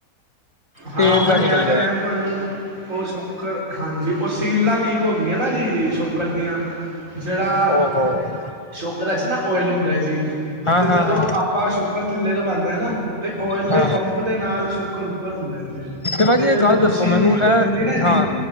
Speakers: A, on the right; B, on the left.
A: ਹਾਂ
B: ਤੇਲ
A: ਉਹ ਮੈਂ
B: ਜਾ ਨਿਕਲ
A: ਕਹਿ ਤੇ ਰਿਹਾ ਤੁਹਾਨੂੰ ਉਹ ਸ਼ੋਕਰ ਹਾਂਜੀ ਉਹ ਸੀਲਾਂ ਲੀਕ ਹੋ ਗਈਆਂ ਨਾ ਜੀ ਸ਼ੋਕਰ ਦੀਆਂ ਜਿਹੜਾ
B: ਓਹੋ
A: ਸ਼ੋਕਰਾ ਚ' ਨਾ ਓਇਲ ਹੁੰਦਾ ਹੈ ਨਾ ਜੀ
B: ਹਾਂ
A: ਤੇ
B: ਹਾਂ
A: ਜਦੋਂ
B: ਹਾਂ
A: ਆਪਾਂ ਸ਼ੋਕਰ ਥੱਲੇ ਤੋਂ ਪਾਉਦੇ ਹਾਂ ਨਾ ਤੇ ਓਇਲ ਦੇ
B: ਹਾਂ ਹਾਂ
A: ਪੰਪ ਦੇ ਨਾਲ ਸ਼ੋਕਰ ਉੱਪਰ ਹੁੰਦੇ ਨੇ
B: ਭਾਜੀ
A: ਤੇ
B: ਇਹ ਗੱਲ
A: ਜਦੋਂ
B: ਦੱਸੋ
A: ਸੀਲ
B: ਮੈਨੂੰ
A: ਲੀਕ
B: ਇਹ
A: ਹੋ ਜਾਂਦੀ ਨਾ ਜੀ
B: ਹਾਂ